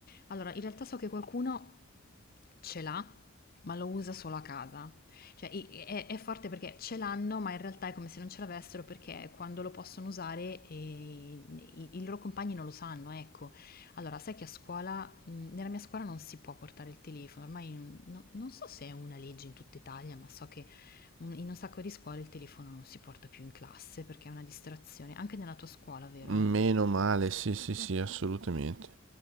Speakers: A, on the left (about 45°); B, on the right (about 60°).
A: Allora, in realtà so che qualcuno ce l'ha, ma lo usa solo a casa. Cioè i- è, è forte perché ce l'hanno, ma in realtà è come se non ce l'avessero perché quando lo possono usare eh, i, i loro compagni non lo sanno, ecco. Allora, sai che a scuola, mh, nella mia scuola non si può portare il telefono, ormai no- non so se è una legge in tutta Italia, ma so che un- in un sacco di scuole il telefono non si porta più in classe perché è una distrazione, anche nella tua scuola, vero?
B: Meno male, sì, sì, sì, assolutamente.